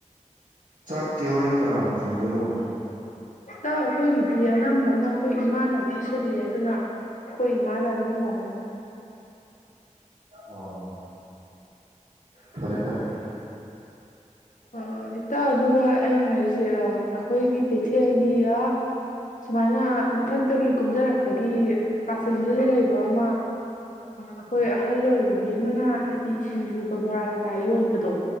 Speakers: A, on the right; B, on the left.
A: ꯆꯥꯛꯇꯤ ꯍꯣꯔꯦꯟ ꯀꯅꯥꯅꯣ ꯊꯣꯡꯗꯣꯏꯅꯣꯕ
B: ꯇ ꯑꯩꯈꯣꯏꯒꯤꯗꯤ ꯑꯅꯝꯕꯅ ꯑꯩꯈꯣꯏ ꯏꯃꯥꯅ ꯑꯗꯨꯝ ꯁꯤꯜꯂꯦ ꯑꯗꯨꯅ ꯑꯩꯈꯣꯏ ꯏꯃꯥꯅ ꯑꯗꯨꯝ ꯊꯣꯡꯉꯅꯤ
A: ꯑꯣ ꯐꯔꯦ ꯐꯔꯦ
B: ꯑ ꯏꯇꯥ ꯑꯗꯨꯒ ꯑꯩꯅ ꯍꯥꯏꯔꯤꯁꯦ ꯑꯩꯈꯣꯏꯒꯤ ꯀꯩꯊꯦꯜꯒꯤ ꯑ ꯁꯨꯃꯥꯏꯅ ꯃꯊꯛꯇꯒꯤ ꯀꯨꯝꯊꯔꯛꯄꯒꯤ ꯀꯥꯆꯤꯟꯗꯨꯗ ꯂꯩꯕ ꯑꯃ ꯑꯩꯈꯣꯏ ꯑꯍꯜ ꯑꯣꯏꯔꯕꯤ ꯑꯃꯅ ꯍꯥꯏꯗꯤ ꯁꯤꯡꯖꯨꯒ ꯕꯣꯔꯥ ꯀꯩꯀꯥ ꯌꯣꯟꯕꯗꯣ